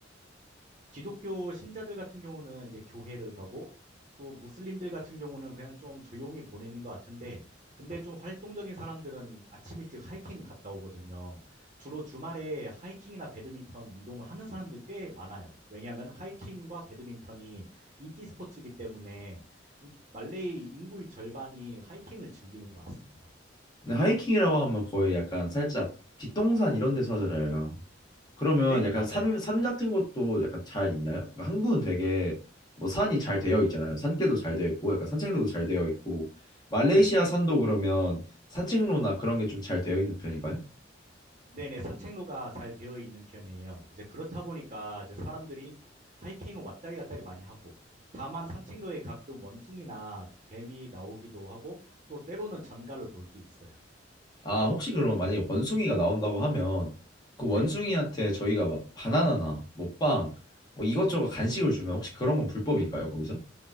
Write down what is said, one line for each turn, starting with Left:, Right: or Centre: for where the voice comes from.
Right: 기독교 신자들 같은 경우는 이제 교회를 가고 또 무슬림들 같은 경우는 그냥 좀 조용히 보내는 것 같은데 근데 좀 활동적인 사람들은 아침 일찍 하이킹 갔다 오거든요. 주로 주말에 하이킹이나 배드민턴 운동을 하는 사람들 꽤 많아요. 왜냐하면 하이킹과 배드민턴이 인기 스포츠이기 때문에 음, 말레이 인구의 절반이 하이킹을 즐기는 것 같습니다.
Left: 근데 하이킹이라고 하면 거의 약간 살짝 뒷동산 이런 데서 하잖아요. 그러면
Right: 네네,
Left: 약간
Right: 맞아요.
Left: 산, 산 같은 것도 약간 잘 있나요? 그러니까 한국은 되게 뭐 산이 잘 되어 있잖아요. 산길도 잘 되어 있고 약간 산책로도 잘 되어 있고 말레이시아
Right: 네.
Left: 산도 그러면 산책로나 그런 게 좀 잘 되어 있는 편인가요?
Right: 네네, 산책로가 잘 되어 있는 편이에요. 이제 그렇다 보니까 이제 사람들이 하이킹은 왔다리 갔다리 많이 하고, 다만 산책로에 가끔 원숭이나 뱀이 나오기도 하고, 또 때로는 전갈을 볼 수 있어요.
Left: 아, 혹시 그러면 만약에 원숭이가 나온다고 하면 그 원숭이한테
Right: 네.
Left: 저희가 막 바나나나 뭐 빵, 뭐 이것저것 간식을 주면 혹시 그런 건 불법인가요, 거기서?